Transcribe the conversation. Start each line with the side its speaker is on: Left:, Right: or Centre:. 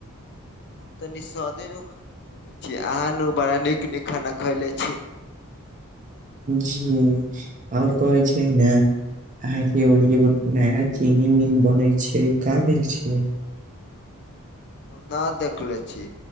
Left: तनि स्वादेमे खाना खइले छी अहाँ न बड़ा नीक नीक खाना खैले छी
Right: जी और कहै छियै ने अहाँं के और एगो नया चीनी मिल बनै छै का भेल छियै
Left: हम ना देखले छी,